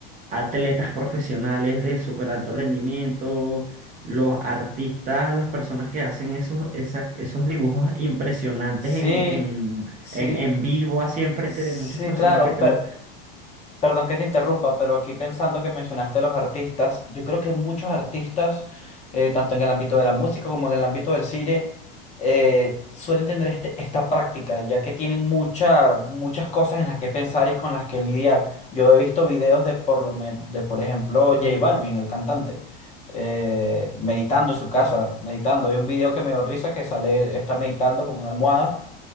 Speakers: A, on the right (about 25°); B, on the left (about 25°).
A: atletas profesionales de súper alto rendimiento, los artistas, las personas que hacen esos, esas- esos dibujos impresionantes
B: sí,
A: en, en,
B: sí,
A: en, en vivo, así enfrente
B: sí,
A: de muchas personas
B: claro,
A: que te los...
B: Perdón que te interrumpa, pero aquí pensando que mencionaste a los artistas, yo creo que muchos artistas, eh, tanto en el ámbito de la música como en el ámbito del cine, eh, suelen tener este- esta práctica, ya que tienen mucha, muchas cosas en las que pensar y con las que lidiar. Yo he visto videos de por lo men- de, por ejemplo, J Balvin, el cantante, eh, meditando en su casa, meditando. Hay un video que me dio risa que sale, él está meditando con una almohada